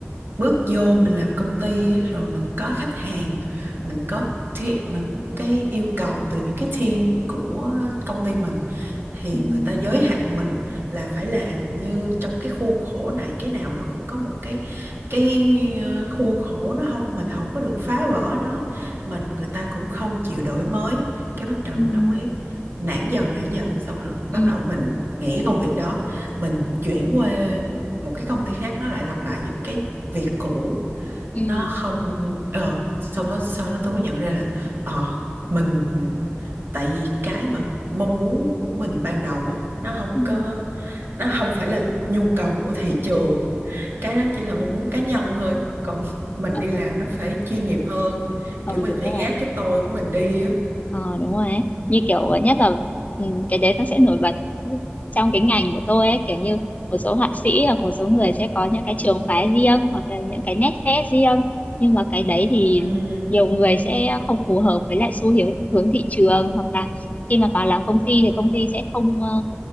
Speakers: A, on the right; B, on the left.
A: bước vô mình làm công ty á, rồi mình có khách hàng mình có thi- mình cái yêu cầu từ những cái team của công ty mình thì
B: ừm,
A: người ta giới hạn mình là phải làm như trong cái khuôn khổ này cái nào nó cũng có một cái cái ờ, khuôn khổ nó không mình không có được phá vỡ nó mình người ta cũng không chịu đổi mới cái bắt đầu
B: ừm,
A: nó mới nản dần nản dần xong rồi bắt
B: ừm,
A: đầu mình nghỉ cái công việc đó mình chuyển qua một cái công ty khác nó lại lặp lại những cái việc cũ
B: ừm,
A: nó không ờ xong đó sau đó tôi mới nhận ra là ờ mình tại vì cái mà mong muốn của mình ban đầu á nó không
B: ừm.
A: có nó không phải là nhu cầu của thị trường cái đó chỉ là mong muốn cá nhân thôi còn <laughs> mình
B: ừ
A: đi làm nó phải chuyên nghiệp hơn
B: ừ
A: kiểu mình
B: đúng
A: phải
B: rồi
A: gác cái tôi của mình đi á
B: Ờ đúng rồi ấy. Như kiểu nhất là ừ, cái đấy nó sẽ nổi bật trong cái ngành của tôi ấy kiểu như một số họa sĩ hoặc một số người sẽ có những cái trường phái riêng hoặc là những cái nét vẽ riêng nhưng mà cái đấy thì
A: ừ
B: nhiều người sẽ không phù hợp với lại xu hướng hướng thị trường hoặc là khi mà vào làm công ty thì công ty sẽ không ờ,